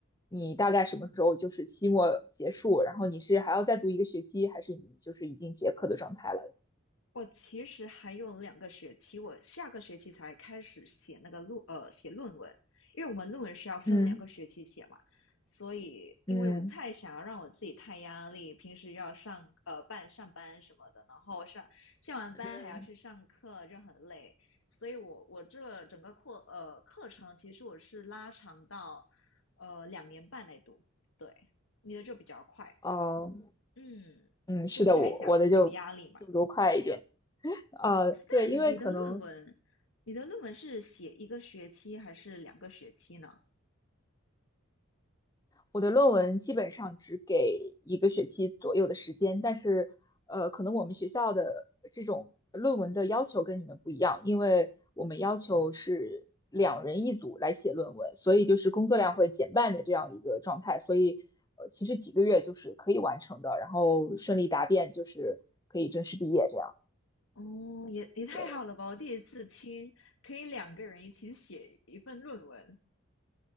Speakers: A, on the left; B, on the left.
A: 你大概什么时候就是期末结束，然后你是还要再读一个学期，还是你就是已经结课的状态了？
B: 我其实还有两个学期，我下个学期才开始写那个论呃写论文，因为我们论文是要分两个学期写嘛，
A: 嗯
B: 所以因为我不太想要让我自己太压力，
A: 嗯。
B: 平时要上呃办上班什么的，然后上下完班还要去上课，
A: 嗯
B: 就很累，所以我我这整个课呃课程其实我是拉长到呃两年半来读，对，你的就比较快，
A: 哦，
B: 嗯，
A: 嗯，是的，
B: 就不太想有压力嘛。
A: 我我的就速度快一点。
B: 对，
A: 呃，
B: 但你的论文，
A: 对，因为可能
B: 你的论文是写一个学期还是两个学期呢？
A: 我的论文基本上只给一个学期左右的时间，但是呃，可能我们学校的这种论文的要求跟你们不一样，因为我们要求是两人一组来写论文，所以就是工作量会减半的这样一个状态，所以呃，其实几个月就是可以完成的，然后顺利答辩就是可以正式毕业这样。
B: 哦，也也太好了吧！
A: 对。
B: 我第一次听可以两个人一起写一份论文，